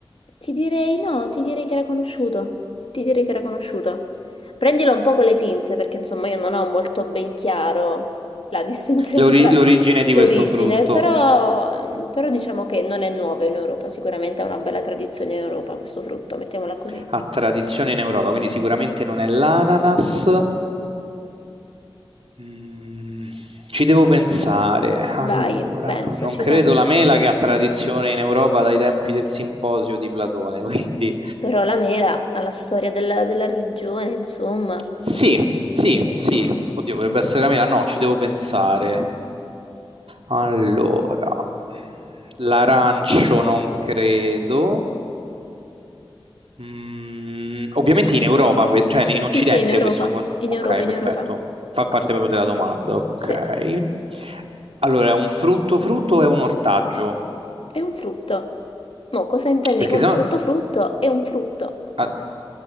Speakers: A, on the left; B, on the right.
A: ti direi no, ti direi che era conosciuto, ti direi che era conosciuto. Prendilo un po' con le pinze perché insomma io non ho molto ben chiaro la distinzione
B: L'ori-
A: <laughs> tra
B: l'origine di
A: l'origine,
B: questo frutto?
A: però, però diciamo che non è nuovo in Europa, sicuramente ha una bella tradizione in Europa questo frutto, mettiamola così.
B: Ha tradizione in Europa, quindi sicuramente non è l'ananas. Mm, ci devo pensare. Allora,
A: Vai, pensaci,
B: non credo
A: pensaci.
B: la mela che ha tradizione in Europa dai tempi del simposio di Platone, <laughs> quindi
A: Però la mela ha la storia della, della religione, insomma.
B: sì, sì, sì. Oddio, potrebbe essere la mela. No, ci devo pensare. Allora, l'arancio non credo. Mm, ovviamente in Europa, que- cioè in
A: Sì,
B: Occidente
A: sì, in Europa,
B: questo... con-
A: in
B: Ok,
A: Europa, in
B: perfetto.
A: Europa.
B: Fa parte proprio della domanda, ok.
A: Sì.
B: Allora, è un frutto frutto o è un ortaggio?
A: È un frutto. Mo' cosa intendi
B: Perché
A: con
B: sennò...
A: frutto? Frutto è un frutto
B: ah,